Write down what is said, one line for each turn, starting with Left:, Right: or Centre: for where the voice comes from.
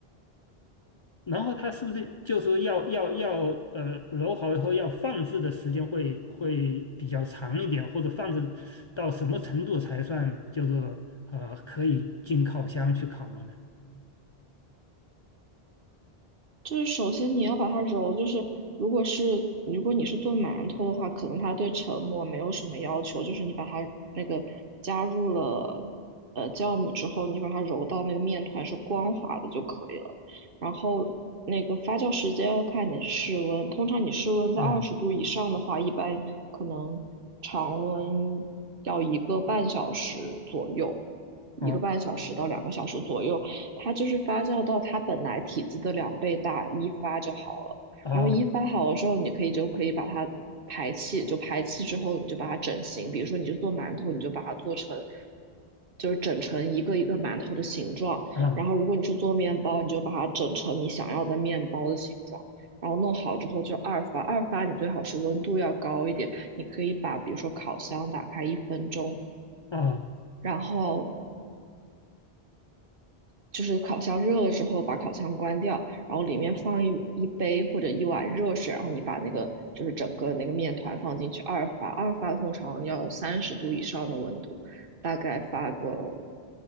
Left: 然后它是不是就说要要要呃揉好以后要放置的时间会会比较长一点，或者放置到什么程度才算就是呃可以进烤箱去烤了呢？
Right: 就是首先你要把它揉，就是如果是如果你是做馒头的话，可能它对成膜没有什么要求，就是你把它那个加入了呃酵母之后，你把它揉到那个面团是光滑的就可以了。然后那个发酵时间要看你的室温，通常你室温在二十度以上的话，
Left: 啊
Right: 一般可能常温要一个半小时左右，一个半小时到两个小时左右。
Left: 啊
Right: 它就是发酵到它本来体积的两倍大，一发就好了。
Left: 哦
Right: 然后一发好了之后，你可以就可以把它排气，就排气之后你就把它整形，比如说你就做馒头，你就把它做成，就是整成一个一个馒头的形状。
Left: 啊
Right: 然后如果你是做面包，你就把它整成你想要的面包的形状。然后弄好之后就二发，二发你最好是温度要高一点，你可以把比如说烤箱打开一分钟，
Left: 啊
Right: 然后就是烤箱热了之后，把烤箱关掉，然后里面放一一杯或者一碗热水，然后你把那个就是整个那个面团放进去二发，二发通常要三十度以上的温度，大概发个